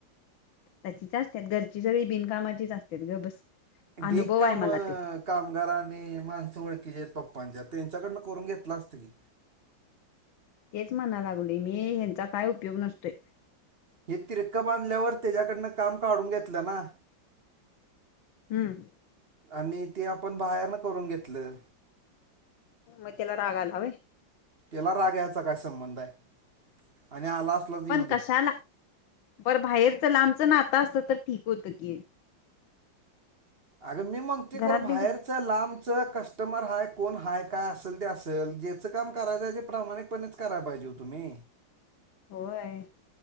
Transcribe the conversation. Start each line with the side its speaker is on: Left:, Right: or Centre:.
Left: तशीच असतात, घरची सगळी बिनकामाचीच असत्यात गप बस. अनुभव
Right: ढीक का
Left: आहे
Right: मग?
Left: मला तो
Right: कामगार आणि माणसं ओळखीचे आहेत पप्पांच्या त्यांच्याकडन करून घेतला असतं की.
Left: तेच म्हणा लागलोय मी ह्यांचा काय उपयोग नसतोय.
Right: हे तिरकं बांधल्यावर त्याच्याकडनं काम काढून घेतलं ना.
Left: हम्म.
Right: आणि ते आपण बाहेरनं करून घेतलं.
Left: मग त्याला राग आला होय?
Right: तिला राग यायचा काय संबंध आहे आणि आला असलाच येऊ
Left: पण
Right: दे
Left: कशाला पर बाहेरच लांबचं ना आता असतं तर ठीक होतं की.
Right: अगं मी मंगतेकर
Left: घरात
Right: बाहेर
Left: नाही का
Right: लांबच कस्टमर हाय, कोण हाय काय असेल ते असे. ज्याच काम करायचं ते प्रमाणिक पणच करायला पाहिजे हो तुम्ही.
Left: होयं.